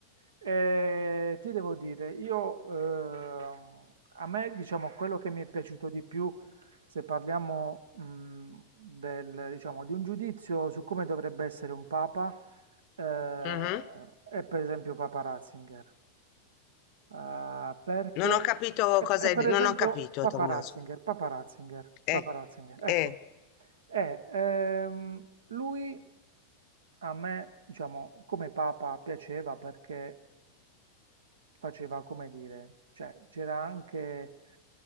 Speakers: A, on the right (about 65°); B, on the left (about 40°).
A: Eh, ti devo dire, io, ehm, a me, diciamo, quello che mi è piaciuto di più, se parliamo, mh, del, diciamo, di un giudizio su come dovrebbe essere un papa, eh,
B: Mhm.
A: è per esempio Papa Ratzinger. Ah, perché
B: Non ho capito
A: e,
B: cosa
A: e
B: hai
A: per
B: de-
A: esempio
B: Non ho capito,
A: Papa
B: Tommaso.
A: Ratzinger, Papa Ratzinger, Papa
B: Eh,
A: Ratzinger, ecco,
B: eh,
A: E, ehm, lui a me, diciamo, come Papa piaceva perché faceva come dire, cioè c'era anche,